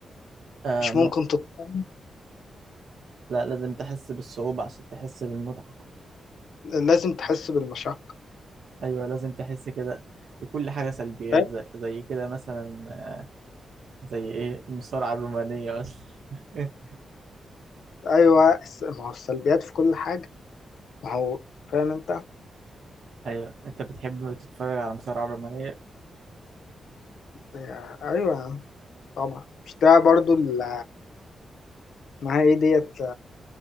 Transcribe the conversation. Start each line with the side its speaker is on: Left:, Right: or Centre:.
Right: آه
Left: مش
Right: م...
Left: ممكن تطعم
Right: لا لازم تحس بالصعوبة عشان تحس بالمتعة
Left: لازم تحس بالمشقة
Right: أيوة لازم تحس كده لكل حاجة سلبيات
Left: فاهم؟
Right: زي, زي كده مثلا آه، زي إيه المصارعة الرومانية بس <laughs>
Left: ايوه ما هو السلبيات في كل حاجة ما هو فاهم انت
Right: أيوة أنت بتحب تتفرج على مصارعة رومانية
Left: آه، ايوه طبعا مش ده برضو ال- اسمها ايه ديت